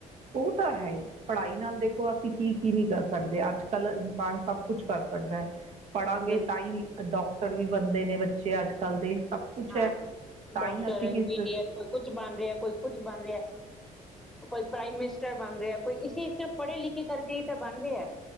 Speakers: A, on the right; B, in the centre.
A: ਉਹ ਤਾਂ ਹੈ ਹੀ ਪੜ੍ਹਾਈ ਨਾਲ ਦੇਖੋ ਅਸੀਂ ਕੀ ਕੀ ਨਹੀਂ ਕਰ ਸਕਦੇ ਅੱਜ ਕਲ ਇਨਸਾਨ ਸਭ ਕੁਛ ਕਰ ਸਕਦਾ ਹੈ ਪੜਾਂਗੇ
B: ਬਿਲਕੁਲ
A: ਤਾਂ ਹੀ ਡਾਕ ਟਰ ਵੀ ਬਣਦੇ ਨੇ ਬੱਚੇ ਅੱਜ ਕੱਲ੍ਹ ਦੇ। ਸਭ ਕੁਛ
B: ਹਾਂ
A: ਹੈ ਤਾਂ
B: ਡਾਕਟਰ,
A: ਹੀ ਅਸੀਂ
B: ਇੰਜੀਨੀਅਰ
A: ਕਿਸ
B: ਕੋਈ ਕੁਛ ਬਣ ਰਿਹਾ, ਕੋਈ ਕੁਛ ਬਣ ਰਿਹਾ। ਕੋਈ ਪ੍ਰਾਈਮ ਮਿਨਿਸਟਰ ਬਣ ਰਿਹਾ ਕੋਈ ਇਸੀ ਪੜ੍ਹੇ ਲਿਖੇ ਕਰਕੇ ਹੀ ਤਾਂ ਬਣਦੇ ਹੈ।